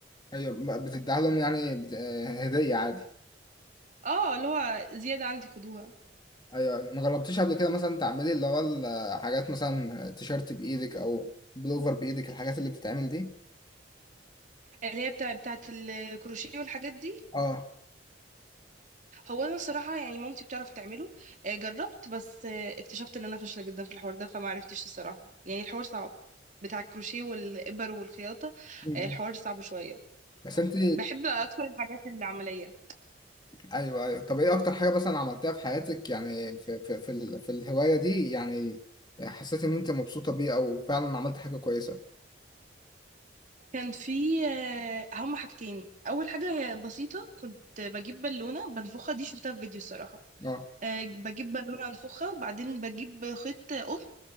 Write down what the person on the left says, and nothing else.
ايوه ما بتديها لهم يعني بت... آه، هديه عادي
ايوه ايوه ما جربتيش قبل كده مثلا تعملي اللي هو الحاجات مثلا تيشيرت بايدك او بلوفر بايدك الحاجات اللي بتتعمل دي
اه
م-
م.
بس انت
ايوه ايوه طب ايه اكتر حاجه مثلا عملتها في حياتك يعني في في في, ال... في الهوايه دي يعني حسيت ان انت مبسوطه بيه او فعلا عملت حاجه كويسه
اه